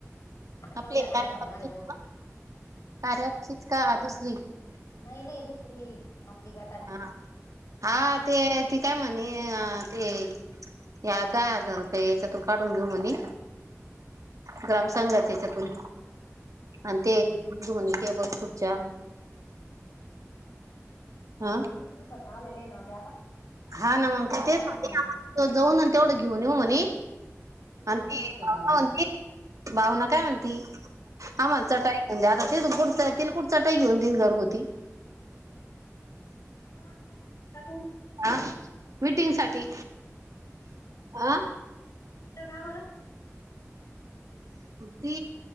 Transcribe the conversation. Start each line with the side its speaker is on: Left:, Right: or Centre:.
Right: आपले
Left: संध्याकाळी
Right: कार्याबती
Left: ठेवणार आहे बहुतेक
Right: कार्या अँप चीच का दुसरी?
Left: नाही नाही दुसरी. आपली गट
Right: हा हा ते ती काय म्हणे अ ते या दहा हजार रुपये याच्यातून काढून घेऊ म्हणे ग्राम संघाचेच्यातून आणि ते दोनी टेबल खूर्चा. हा
Left: अगं किती दिवसात आलेलं आहे नव्ह ते आता.
Right: हा ना मग
Left: घ्यायला
Right: ते तेच
Left: पाहिजे
Right: सांग
Left: ना
Right: जाऊन तेवढं घेऊन येऊ म्हणे.
Left: त्यांना
Right: आणि
Left: रूमच
Right: ती
Left: भेटाल
Right: भावना
Left: नाही
Right: म्हणती भावना काय म्हणती आम्हाला
Left: हा
Right: चटाई आता ते कुडचा तील कुडचा टई घेऊन त घरगुती
Left: कालाा कोून <unintelligible>
Right: ह मिटिंग साठी अ
Left: का बर. <unintelligible>
Right: ते